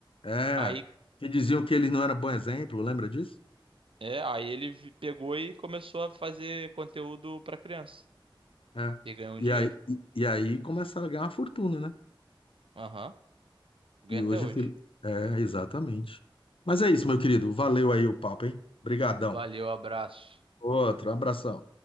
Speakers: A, on the left; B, on the right.
A: é,
B: Aí,
A: que diziam que ele não era bom exemplo, lembra disso?
B: é, aí ele vi- pegou e começou a fazer conteúdo para criança
A: É.
B: e ganhou
A: E
B: um dinheiro.
A: aí, e, e aí começaram a ganhar uma fortuna, né?
B: Aham. Ganha
A: E
B: até
A: hoje,
B: hoje.
A: Fili- é, exatamente. Mas é isso, meu querido, valeu aí o papo, hein? Obrigadão.
B: Valeu, abraço.
A: Outro, abração.